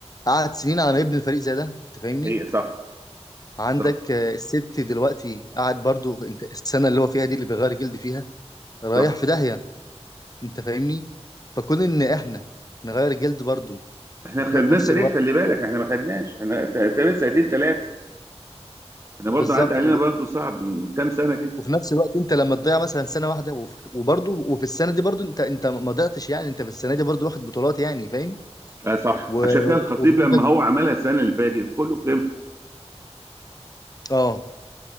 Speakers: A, on the left (about 35°); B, on the right (about 25°).
A: قعد سنين على ما يبني الفريق زي ده انت فاهمني
B: ده حقيقة صح
A: عندك
B: صح
A: آه، السيتي دلوقتي قاعد برضو في... انت السنه اللي هو فيها دي اللي بيغير جلد فيها رايح
B: صح
A: في داهيه انت فاهمني فكون ان احنا نغير الجلد برضو
B: احنا
A: وفي
B: خدناه
A: نفس
B: سريع
A: الوقت
B: خلي بالك احنا ما خدناش احنا تقريبا سنتين ثلاثه احنا برضه
A: بالظبط
B: عدى علينا برضه صعب من كام سنه كده
A: وفي نفس الوقت انت لما تضيع مثلا سنه واحده وف- وبرضه وفي السنه دي برضه انت انت ما ضيعتش يعني انت في السنه دي برضه واخد بطولات يعني فاهم
B: اه صح
A: و...
B: عشان كده الخطيب
A: وبنسبه
B: لما هو عملها السنه اللي فاتت كله فهم
A: اه